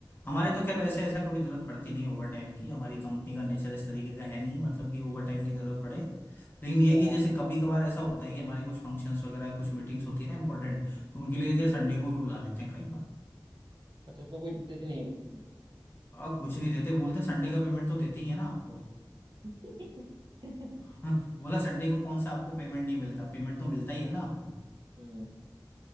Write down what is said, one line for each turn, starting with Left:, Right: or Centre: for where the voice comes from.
Left: हमारे तो खैर वैसे ऐसा कभी जरूरत पड़ती नहीं ओवर टाइम की हमारी कंपनी
Right: हम्म,
Left: का नेचर इस तरीके का है नहीं मतलब कि ओवर टाइम की जरूरत पड़े लेकिन ये
Right: हाँ
Left: कि
Right: हाँ
Left: जैसे कभी कभार ऐसा होता है कि हमारे कुछ फंक्शंस वगैरह कुछ मीटिंग्स होती है ना इंपॉर्टेंट तो उनके लिए
Right: हम्म,
Left: क्या संडे को भी बुला लेते हैं कई बार
Right: अच्छा उसका कोई देते नहीं है कुछ उसमें
Left: आ, कुछ नहीं देते बोलते संडे का पेमेंट तो देते ही है ना आपको
Right: <laughs>
Left: <laughs> बोला संडे को कौन सा आपको पेमेंट नहीं मिलता पेमेंट तो मिलता ही है ना आपको
Right: हम्म